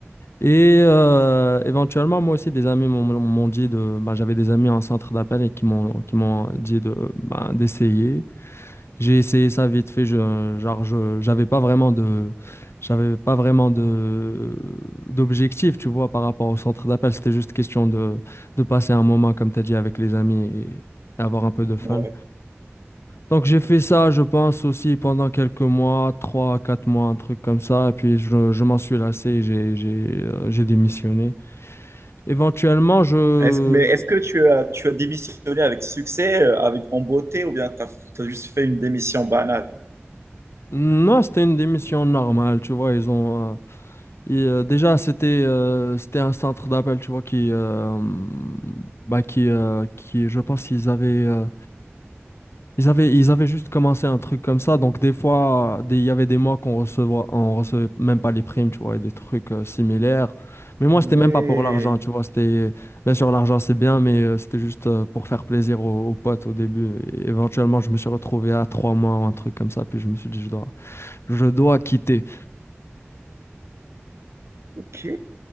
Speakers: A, on the left; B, on the right.
A: Et euh, éventuellement, moi aussi, des amis m'ont m'ont dit de. bah, j'avais des amis en centre d'appel et qui m'ont qui m'ont dit de bah, d'essayer. J'ai essayé ça vite fait, je, genre je, j'avais pas vraiment de, j'avais pas vraiment de, d'objectif, tu vois, par rapport au centre d'appel. C'était juste question de, de passer un moment, comme tu as dit, avec les amis et, et avoir un peu de fun.
B: ouais.
A: Donc j'ai fait ça, je pense, aussi pendant quelques mois, trois, quatre mois, un truc comme ça. Et puis je, je m'en suis lassé, et j'ai, j'ai, euh, j'ai démissionné. Éventuellement, je...
B: Est-ce- mais est-ce que tu as, tu as démissionné avec succès, euh, avec en beauté, ou bien tu as, juste fait une démission banale?
A: Non, c'était une démission normale, tu vois, ils ont... euh, Et, euh, déjà, c'était euh, c'était un centre d'appel, tu vois, qui, euh, bah, qui, euh, qui, je pense, qu'ils avaient, euh, ils avaient, ils avaient juste commencé un truc comme ça. Donc, des fois, des- il y avait des mois qu'on recevait, on recevait même pas les primes, tu vois, et des trucs euh, similaires. Mais
B: Ah
A: moi,
B: Ouais,
A: c'était même pas pour l'argent, tu vois. C'était, bien sûr, l'argent, c'est bien, mais euh, c'était juste euh, pour faire plaisir aux, aux potes au début. Et éventuellement, je me suis retrouvé à trois mois ou un truc comme ça. Puis, je me suis dit, je dois, je dois quitter.
B: ok.